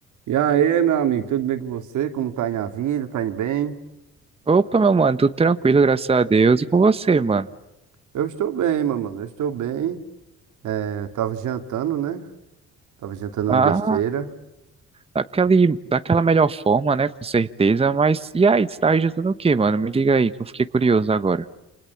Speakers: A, on the right; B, on the right.
A: E aí, meu amigo, tudo bem com você? Como tá aí na vida? Tá indo bem?
B: Opa, meu mano, tudo tranquilo, graças a Deus. E com você, mano?
A: Eu estou bem, meu mano, eu estou bem. É, tava jantando, né? Tava jantando uma
B: Ah,
A: besteira.
B: daquele, daquela melhor forma, né? Com certeza. Mas e aí, você tá registrando o quê, mano? Me diga aí, que eu fiquei curioso agora.